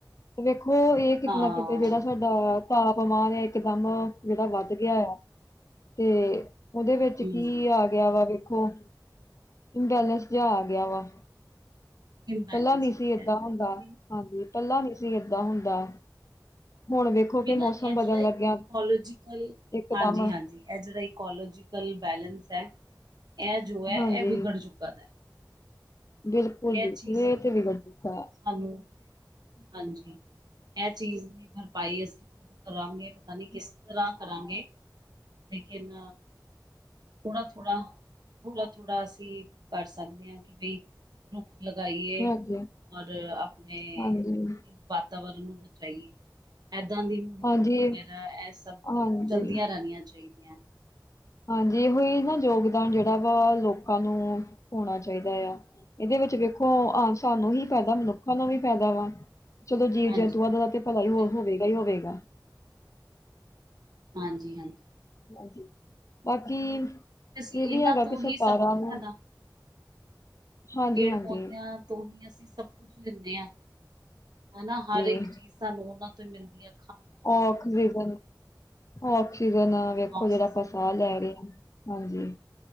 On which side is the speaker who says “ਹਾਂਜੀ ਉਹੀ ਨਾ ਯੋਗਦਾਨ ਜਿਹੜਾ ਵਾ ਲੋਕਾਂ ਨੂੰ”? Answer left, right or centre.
Left